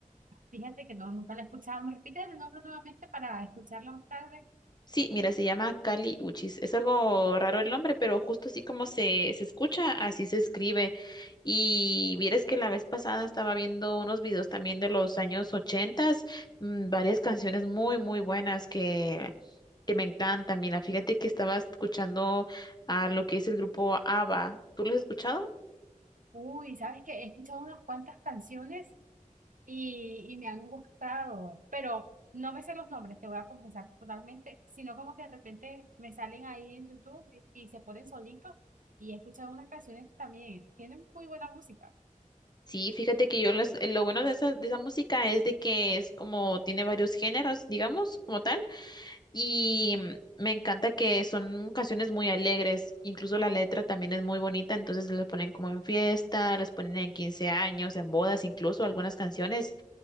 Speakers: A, on the right; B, on the left.
A: Fíjate que no, nunca la he escuchado. ¿Me repites el nombre nuevamente para escucharla más tarde?
B: Sí, mira, se llama Kali Uchis. Es algo raro el nombre, pero justo así como se, se escucha, así se escribe. Y vieres que la vez pasada estaba viendo unos videos también de los años ochentas, mm, varias canciones muy, muy buenas que, que me encantan. Mira, fíjate que estaba escuchando a lo que es el grupo ABBA. ¿Tú lo has escuchado?
A: Uy, sabes que he escuchado unas cuantas canciones y, y me han gustado, pero no me sé los nombres, te voy a confesar totalmente, sino como que de repente me salen ahí en YouTube y, y se ponen solitos y he escuchado unas canciones que también tienen muy buena música.
B: Sí, fíjate que yo los- lo bueno de esa, de esa música es de que es como tiene varios géneros, digamos, como tal. Y mm, me encanta que son canciones muy alegres, incluso la letra también es muy bonita, entonces las ponen como en fiesta, las ponen en 15 años, en bodas, incluso algunas canciones,